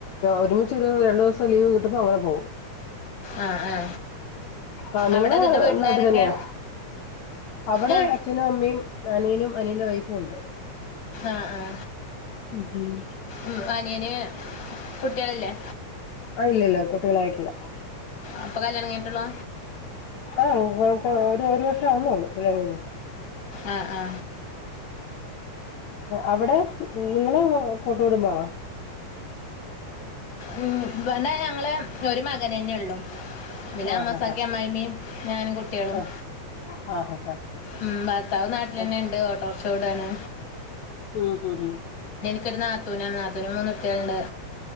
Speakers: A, on the left (about 70°); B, on the left (about 40°).
A: ഒരുമിച്ചിരുന്നു രണ്ടു ദിവസം ലീവ് കിട്ടപ്പ അവരെ പോവും
B: ആഹ് ആ
A: ആഹ് നിങ്ങള്
B: അവിടെ എന്നിട്ട് വീട്ടിലാരൊക്കെ
A: നാട്ടി തന്നെയോ അവിടെ
B: ആ
A: അച്ഛനും അമ്മയും അനിയനും അനിയൻ്റെ വൈഫും ഉണ്ട്
B: ആഹ് ആ
A: ഉം ഉം
B: ഉ അനിയന് കുട്ടികളല്ലേ
A: ആ ഇല്ലില്ല കുട്ടികളായിട്ടില്ല
B: അപ്പൊ കല്യാണം കേട്ടുള്ളൂ
A: ആഹഴപ്പ ഒരു ഒരു വർഷം ആന്നോള്ളൂ പിങ്ങന
B: ആഹ ആ
A: അവിടെ നിങ്ങള് കൂട്ട വിടുമ്പാണോ
B: ഉ പിന്നാ ഞങ്ങള് ഒരു മകനന്നെ ഉള്ളു പിന്ന
A: ആഹ്
B: അമ്മസാക്കി
A: ആഹ്
B: അമ്മ്മീ ഞാനും കുട്ടികളും
A: ആഹ് ആഹ് ആഹ് ആഹ്
B: ഉം ഭർത്താവ് നാട്ടിൽ
A: ആഹ്
B: തന്നെ ഉണ്ട് ഓട്ടോറച്ച കൂടയാണ്
A: ഉം ഉ ഉ
B: ഒ നാത്തൂനാണ് നാത്തൂന് മൂന്ന കുട്ടികളുണ്ട്